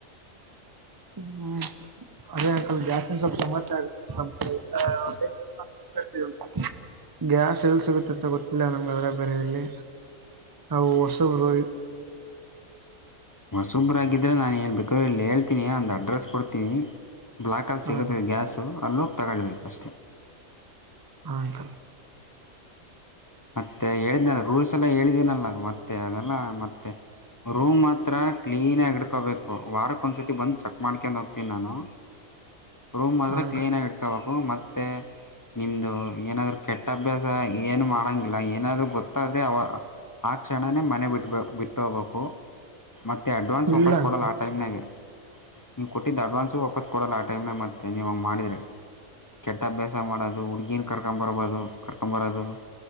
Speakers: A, on the right (about 20°); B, on the left (about 25°).
A: ಹ್ಮ್ ಅದೇ ಅಂಕಲ್ ಗ್ಯಾಸಿನ್ ಸ್ವಲ್ಪ ಸಮಸ್ಯೆ ಆಗೆ <unintelligible> ಗ್ಯಾಸ್ ಎಲ್ಲಿ ಸಿಗುತ್ತೆ ಅಂತ ಗೊತ್ತಿಲ್ಲ ನಮ್ಗೆ ಅದ್ರಾಗ ಬರೆ ಇಲ್ಲಿ ನಾವು ಹೊಸಬರು
B: ಹೊಸುಬ್ರಾಗಿದ್ದರೆ ನಾನಲ್ಲಿ ಬೇಕಾದ್ರೆ ಇಲ್ಲಿ ಹೇಳ್ತೀನಿ ಅಂದು ಅಡ್ರೆಸ್ ಕೊಡ್ತೀನಿ ಬ್ಲಾಕ ಅಲ್ಲಿ
A: ಹಾ
B: ಸಿಗುತ್ತೆ
A: ಅಂಕಲ್
B: ಗ್ಯಾಸು ಅಲ್ಲೋಗಿ ತೊಗೊಳ್ಳಿ ಅಷ್ಟೇ
A: ಹಾ ಅಂಕಲ್.
B: ಮತ್ತೆ ಹೇಳಿದ್ದನಲ್ಲ ರೂಲ್ಸ್ ಎಲ್ಲ ಹೇಳಿದ್ದೀನಲ್ಲ ಮತ್ತೆ ಅದೆಲ್ಲ ಮತ್ತೆ ರೂಮ್ ಹತ್ರ ಕ್ಲೀನಾಗಿ ಇಡ್ಕೊಬೇಕು ವಾರಕ್ಕ ಒಂದ್ಸರ್ತಿ ಬಂದು ಚೆಕ್ ಮಾಡ್ಕೊಂಡು ಹೋಗ್ತೀನಿ ನಾನು ರೂಮ್ ಮಾತ್ರ
A: ಹಾ ಅಂಕಲ್
B: ಕ್ಲೀನಾಗಿ ಇಟ್ಕೋಬೇಕು ಮತ್ತ ಮತ್ತ ನಿಮ್ದು ಏನಾದ್ರೂ ಕೆಟ್ಟ ಅಭ್ಯಾಸ ಏನ್ ಮಾಡಂಗಿಲ್ಲ. ಇಲ್ಲ ಏನಾದ್ರು ಗೊತ್ತಾದ್ರೆ ಅವ ಆ ಕ್ಷಣನೇ ಮನೆ ಬಿಟ್ಟಬ ಬಿಟ್ಟ ಹೋಗ್ಬೇಕು. ಮತ್ತೆ ಅಡ್ವಾನ್ಸ್
A: ಇಲ್ಲ
B: ವಾಪಸ್
A: ಅಂಕಲ್
B: ಕೊಡಲ್ಲ ಆ ಟೈಮ್ನಾಗೆ ನೀವು ಕೊಟ್ಟಿದ್ದು ಅಡ್ವಾನ್ಸು ವಾಪಸ್ ಕೊಡಲ್ಲ ಆಟೈಮ್ನ ಮತ್ತು ನೀವು ಹಂಗೆ ಮಾಡಿದ್ರೆ - ಕೆಟ್ಟ ಅಭ್ಯಾಸ ಮಾಡೋದು ಹುಡ್ಗೀನ ಕರ್ಕೊಂಬರ್ಬೋದು ಕರ್ಕೊಂದ ಬರೋದು